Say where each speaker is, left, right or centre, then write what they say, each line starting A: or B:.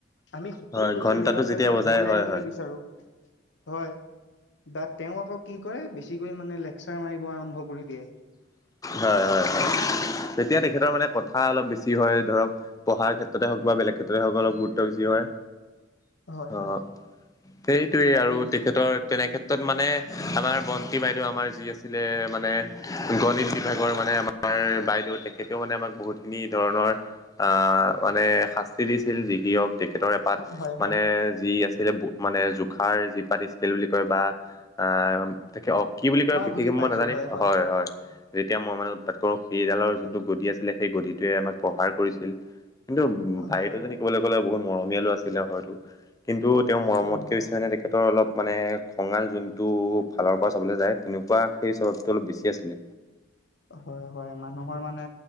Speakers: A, on the left; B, on the left.
A: আমি সকলো
B: হয়
A: ল
B: ঘন্টাটো
A: লৰা-ছোৱালী
B: যেতিয়া বজাই
A: ঘৰলে
B: হয়
A: আহিবলৈ
B: হয়
A: বিচাৰো হয়। বাট তেওঁ আকৌ কি কৰে, বেছিকৈ মানে লেকচাৰ মাৰিব আৰম্ভ কৰি দিয়ে।
B: হয় হয় হয় তেতিয়া তেখেতৰ মানে কথা অলপ বেছি হয় ধৰক। পঢ়াৰ ক্ষেত্ৰতে হওক বা বেলেগ ক্ষেত্ৰতে হওক অলপ গুৰুত্ব বেছি হয়।
A: হয়
B: অ'
A: হয়
B: সেইটোৱে
A: বাকী
B: আৰু তেখেতৰ তেনেক্ষেত্ৰত মানে আমাৰ বন্তি বাইদেউৱে আমাৰ যি আছিলে মানে গণিত বিভাগৰ মানে আমাৰ বাইদেউ তেখেতেও মানে আমাক বহুতখিনি ধৰণৰ আহ মানে শাস্তি দিছিল যি কি হওঁক, তেখেতৰ এপাত
A: হয়
B: মানে
A: হয়
B: যি আছিল মানে জোখাৰ যিপাত স্কেল বুলি কয় বা আহ তেতিয়া কি বুলি কয় বিশেষ
A: বুজি পাইছো
B: মই নাজানিম।
A: হয় হয়
B: হয়-হয় যেতিয়া মই মানে উৎপাত কৰো, সেইডালৰ যোনটো গধি আছিলে, সেই গধিটোৱে আমাক প্ৰহাৰ কৰিছিল। কিন্তু ভাইতো
A: হয়
B: জনী
A: হয়
B: ক'বলৈ গ'লে বহুত মৰমীয়ালো আছিলে হয়তো কিন্তু তেওঁৰ মৰমতকৈ
A: হয় হয়
B: বেছি মানে তেখেতৰ অলপ মানে খঙাল যোনটো ফালৰ পৰা চাবলৈ যায়, তেনেকুৱা সেই স্বভাৱটো অলপ বেছি আছিলে।
A: হয়-হয় মানুহৰ মানে